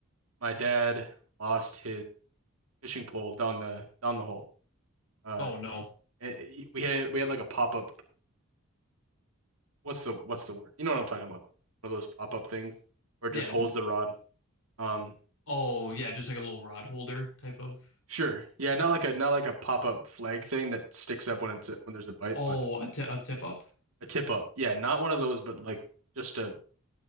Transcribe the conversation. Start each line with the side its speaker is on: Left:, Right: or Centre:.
Right: my dad lost his fishing pole down the down the hole. Uh,
Left: oh no,
Right: it- we had we had like a pop up. What's the what's the word? You know what I'm talking about? One of those pop up things where
Left: yeah,
Right: it just holds
Left: just
Right: the rod. Um,
Left: oh yeah, just like a little rod holder type of
Right: sure, yeah, not like a not like a pop up flag thing that sticks up when it's when there's a bite,
Left: oh
Right: but
Left: a, t- a tip up.
Right: a tip up. Yeah, not one of those, but like just a